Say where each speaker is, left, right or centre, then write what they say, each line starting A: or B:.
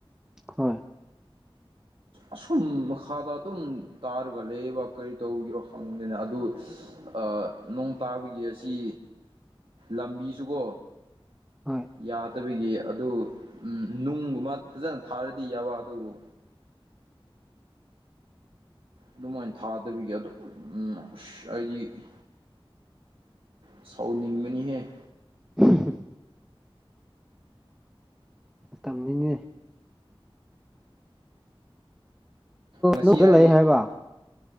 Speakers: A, in the centre; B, on the right (about 70°).
A: ꯍꯣꯏ
B: ꯑꯁꯨꯝ ꯃꯈꯥꯗ ꯑꯗꯨꯝ ꯇꯥꯔꯒ ꯂꯩꯌꯦꯕꯥ ꯀꯔꯤ ꯇꯧꯒꯤꯔꯣ ꯈꯪꯗꯦꯅ ꯑꯗꯨ ꯑꯥ ꯅꯣꯡ ꯇꯥꯕꯒꯤ ꯑꯁꯤ ꯂꯝꯕꯤꯁꯨꯀꯣ
A: ꯍꯣꯏ
B: ꯌꯥꯗꯕꯒꯤ ꯑꯗꯨ ꯅꯨꯡꯒꯨꯝꯕ ꯐꯖꯅ ꯊꯥꯔꯗꯤ ꯌꯥꯕ ꯑꯗꯨꯕꯨ ꯑꯗꯨꯃꯥꯏ ꯊꯥꯗꯕꯤꯒꯤ ꯑꯗꯨꯝ ꯎꯝ ꯑꯁ ꯑꯩꯗꯤ ꯁꯥꯎꯅꯤꯡꯕꯅꯤꯍꯦ
A: <inaudible> ꯇꯝꯅꯤꯡꯉꯦ
B: ꯉꯁꯤ
A: <inaudible>
B: ꯑꯩ
A: ꯂꯩ ꯍꯥꯏꯕ